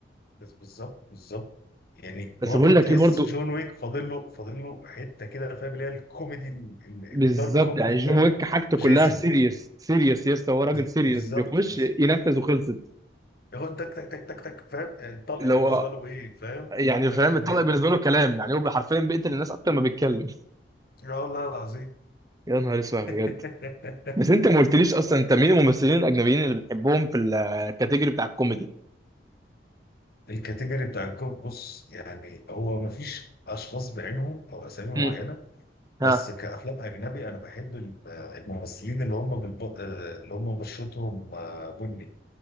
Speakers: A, on the left (about 55°); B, on the right (about 20°).
A: بس بالظبط بالظبط يعني
B: بس
A: برضه
B: بقول لك
A: تحس
B: ايه برضو
A: جون ويك فاضل له فاضل له حته كده فاهم اللي هي الكوميدي ال- ال-
B: بالظبط
A: الدارك كوميدي
B: يعني جون
A: بتاع
B: ويك حاجته كلها
A: جيسون
B: سيريس سيريس يا اسطى هو راجل
A: بز-
B: سيريس
A: بالظبط
B: بيخش
A: بس
B: ينفذ وخلصت
A: ياخد تك تك تك تك تك فاهم يعني الطلق
B: اللي
A: بالنسبه
B: هو
A: له ايه فاهم
B: يعني
A: ركب
B: فاهم الطلق
A: هنا
B: بالنسبه له كلام يعني هو حرفيا بيقتل الناس اكتر ما بيتكلم
A: لا والله العظيم
B: يا نهار اسود بجد
A: <laughs>
B: بس انت ما قلتليش اصلا انت مين الممثلين الاجنبيين اللي بتحبهم في الكاتيجوري بتاع الكوميدي
A: الكاتيجوري بتاع الجوب بص يعني هو مفيش اشخاص بعينهم او اسامي
B: مم.
A: معينه بس
B: ها
A: كافلام اجنبي انا بحب ال- آه، الممثلين اللي هم بالب... آه، اللي هم بشرتهم آه، بني